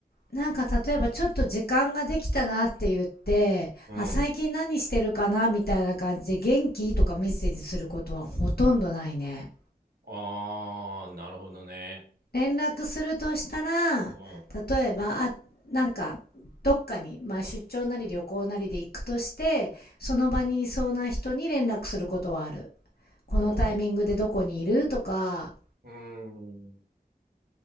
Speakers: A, on the left (about 75°); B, on the right (about 75°).
A: なんか例えばちょっと時間ができたなって言ってあ最近何してるかなみたいな感じで元気とかメッセージすることはほとんどないね
B: うん。ああ、なるほどね。
A: 連絡するとしたら、
B: うん。
A: 例えば、あ、なんか、どっかに、まあ出張なり旅行なりで行くとして、その場にいそうな人に連絡することはある。このタイミングでどこにいるとか、
B: うん。うん。